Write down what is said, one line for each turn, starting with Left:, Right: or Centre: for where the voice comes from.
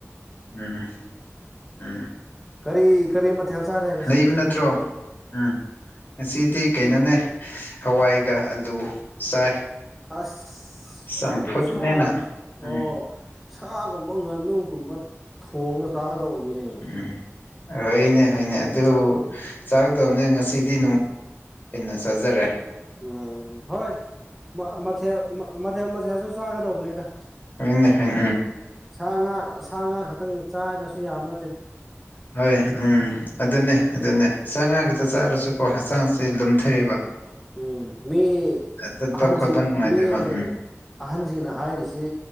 Left: ꯎꯝ ꯎꯝ
Centre: ꯀꯔꯤ ꯀꯔꯤ ꯃꯊꯦꯜ ꯆꯥꯔꯦ ꯉꯁꯤꯗꯤ
Left: ꯂꯩꯕ ꯅꯠꯇ꯭ꯔꯣ ꯎꯝ ꯉꯁꯤꯗꯤ ꯗꯤ ꯀꯩꯅꯣꯅꯦ ꯍꯋꯥꯏꯒ ꯑꯂꯨ ꯆꯥꯏ
Centre: ꯑꯁ
Left: ꯆꯝꯐꯨꯠꯅꯦꯅ
Centre: ꯑꯗꯨ ꯁꯥꯔ ꯑꯣ
Left: ꯎꯝ
Centre: ꯁꯥꯒꯨꯝꯕ ꯉꯥꯅꯨꯒꯨꯝꯕ ꯊꯣꯡꯉ ꯆꯥꯒꯗꯧꯕꯅꯤꯅꯦ
Left: ꯎꯝ ꯍꯣꯏꯅꯦ ꯍꯣꯏꯅꯦ ꯑꯗꯨ ꯆꯥꯛꯗꯧꯅꯦ ꯉꯁꯤꯗꯤ ꯅ ꯁꯖꯔꯦ
Centre: ꯎꯝ ꯍꯣꯏ ꯃ ꯃꯊ ꯃꯊ ꯃꯊꯦꯜꯁꯨ ꯆꯥꯒꯗꯧꯕꯅꯤꯗ
Left: ꯎ ꯍꯥꯏ
Centre: ꯁꯥ ꯉꯥ ꯁꯥ ꯉꯥ ꯈꯛꯇꯪ ꯆꯥꯔꯒꯁꯨ ꯌꯥꯝꯅ
Left: ꯍꯣꯏ ꯎꯝ ꯑꯗꯨꯅꯦ ꯑꯗꯨꯅꯦ ꯆꯉ ꯈꯛꯇ ꯆꯥꯔꯁꯨꯀꯣ ꯍꯛꯆꯥꯡꯁꯦ ꯂꯨꯝꯊꯔꯦꯕ
Centre: ꯎꯝ ꯎꯝ ꯃꯤ
Left: ꯆꯠꯄ
Centre: ꯑꯍꯟꯁꯤ
Left: ꯈꯣꯠꯄ ꯅꯨꯡꯉꯥꯏꯇꯦꯕ
Centre: ꯃꯤ
Left: ꯎꯝ
Centre: ꯑꯍꯟꯁꯤꯡꯅ ꯍꯥꯏꯔꯤꯁꯤ